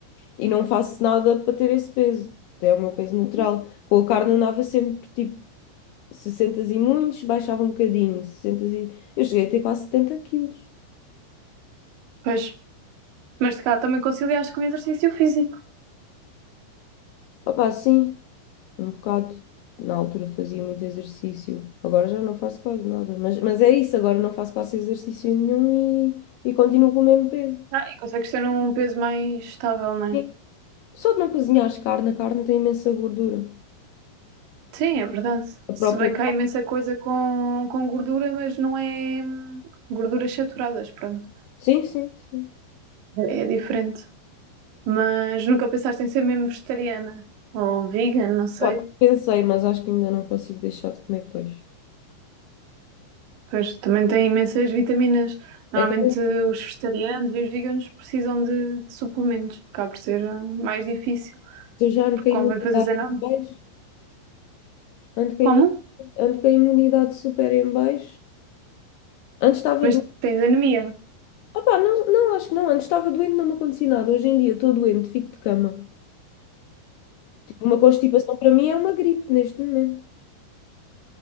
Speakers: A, on the left (about 80°); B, on the right (about 70°).
A: e não faço nada para ter esse peso. É o meu peso natural. Com a carne andava sempre tipo 60 e muitos, baixava um bocadinho, sessenta e... Eu cheguei a ter quase 70 quilos.
B: Pois. Mas se calhar também conciliaste com o exercício físico.
A: Opá, sim, um bocado. Na altura fazia muito exercício, agora já não faço quase nada. Mas, mas é isso, agora não faço quase exercício nenhum e, e continuo com o mesmo peso.
B: Ah, e consegues ter um peso mais estável, não
A: Sim.
B: é?
A: Só de não cozinhares carne, a carne tem imensa gordura.
B: Sim, é verdade.
A: A própria.
B: Se bem que há imensa coisa com, com gordura, mas não é hum, gorduras saturadas, pronto.
A: Sim, sim, sim.
B: É diferente. Mas nunca pensaste em ser mesmo vegetariana ou vegan, não sei.
A: Pá, pensei, mas acho que ainda não consigo deixar de comer peixe.
B: Pois também tem imensas vitaminas. Normalmente
A: É que
B: os vegetarianos e os veganos precisam de, de suplementos. Acaba por ser eh, mais difícil,
A: Eu já ando
B: porque
A: com a
B: convém
A: imunidade
B: fazer zenose.
A: em baixo, ando com a
B: Como?
A: imu- ando com a imunidade super em baixo. Antes estava
B: Mas
A: doente.
B: tens anemia.
A: Opá, não, não, acho que não. Antes estava doente, não me acontecia nada. Hoje em dia estou doente, fico de cama. Tipo, uma constipação para mim é uma gripe neste momento.